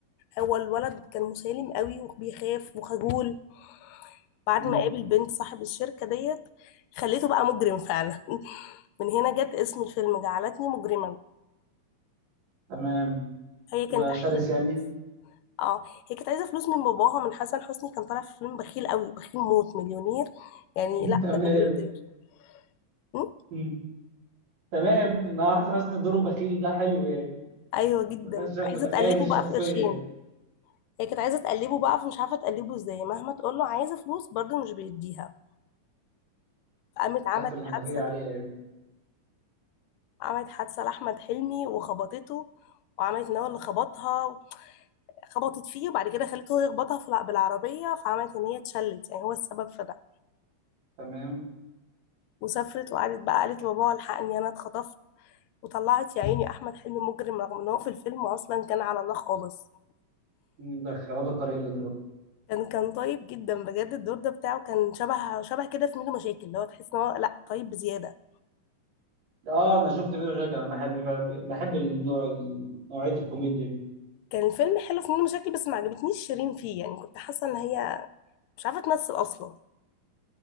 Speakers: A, on the left (about 85°); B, on the right (about 85°).
A: هو الولد كان مسالم قوي وبيخاف وخجول بعد
B: مم.
A: ما قابل بنت صاحب الشركة ديت خليته بقى مجرم فعلا <laughs> من هنا جت اسم الفيلم جعلتني مجرما
B: تمام
A: هي كانت
B: ده شرس
A: عايزة
B: يعني
A: فلوس اه هي كانت عايزة فلوس من باباها من حسن حسني كان طالع في فيلم بخيل قوي بخيل موت مليونير يعني
B: <laughs>
A: لا
B: تمام
A: ده ملياردير م?
B: مم. تمام آه، حسن حسني دوره بخيل ده حلو يعني
A: ايوه جدا
B: متش- متخيل
A: عايزة تقلبه
B: الشخصية
A: بقى في قرشين
B: يعني
A: هي كانت عايزة تقلبه بقى فمش عارفة تقلبه ازاي مهما تقول له عايزة فلوس برضه مش بيديها قامت عملت
B: قافل الحنفية
A: حادثة
B: عليها يعني
A: عملت حادثة لأحمد حلمي وخبطته وعملت ان هو اللي خبطها خبطت فيه وبعد كده خلته هو يخبطها في الع- بالعربية فعملت ان هي اتشلت يعني هو السبب في ده
B: تمام
A: وسافرت وقعدت بقى قالت لبابا الحقني انا اتخطفت وطلعت يا عيني احمد حلمي مجرم رغم ان هو في الفيلم اصلا كان على الله خالص
B: مدخلاته طريق الإجرام
A: كان كان طيب جدا بجد الدور ده بتاعه كان شبه شبه كده في ميدو مشاكل اللي هو تحس ان هو لا طيب بزيادة
B: اه انا شفت منه شكل انا بحب بحب النوع نوعية الكوميديا دي
A: كان الفيلم حلو في ميدو مشاكل بس ما عجبتنيش شيرين فيه يعني كنت حاسة ان هي مش عارفة تمثل اصلا